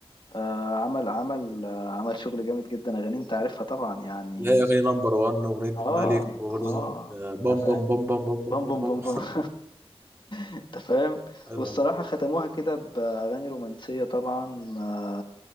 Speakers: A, on the left; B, on the right.
A: آه عمل عمل آه عمل شغل جامد جدا أغاني أنت عارفها طبعا يعني
B: لا اغاني نمبر 1 واغنيه
A: آه
B: الملك واغنيه
A: آه
B: آه، بام
A: أنت فاهم
B: بام بام بام بام
A: بوم
B: بام
A: بوم
B: بام
A: بوم بوم <laughs> أنت فاهم
B: بام
A: والصراحة
B: <laughs>
A: ختموها كده بأغاني رومانسية طبعا آه